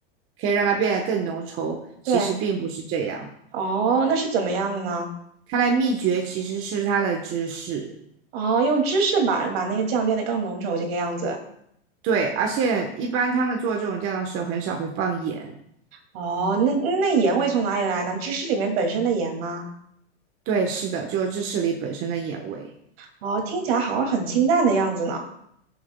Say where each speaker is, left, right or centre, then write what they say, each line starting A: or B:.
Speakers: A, on the right; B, on the right.
A: 可以让它变得更浓稠，
B: 对，
A: 其实并不是这样。
B: 哦，那是怎么样的呢？
A: 它的秘诀其实是它的芝士，
B: 哦，用芝士把把那个酱变得更浓稠这个样子。
A: 对，而且一般他们做这种酱的时候很少会放盐，
B: 哦，那那盐味从哪里来呢？芝士里面本身的盐吗？
A: 对，是的，就是芝士里本身的盐味。
B: 哦，听起来好像很清淡的样子呢。